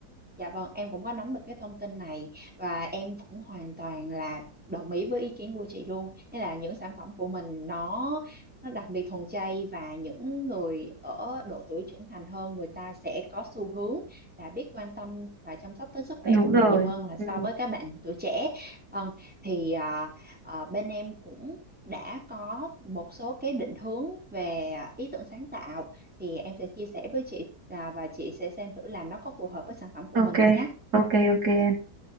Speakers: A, in the centre; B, on the right.
A: Dạ vâng, em cũng có nắm được cái thông tin này và em cũng hoàn toàn là đồng ý với ý kiến của chị luôn. Nên là những sản phẩm của mình nó nó đặc biệt thuần chay và những người ở độ tuổi trưởng thành hơn người ta sẽ có xu hướng là biết quan tâm và chăm sóc tới sức khỏe
B: đúng
A: của mình
B: rồi
A: nhiều hơn là so
B: Ừm,
A: với các bạn tuổi trẻ. Vâng, thì à, à, bên em cũng đã có một số cái định hướng về ý tưởng sáng tạo thì em sẽ chia sẻ với chị à, và chị sẽ xem thử là nó có phù hợp với sản phẩm của mình
B: ok
A: không nhé.
B: ok ok em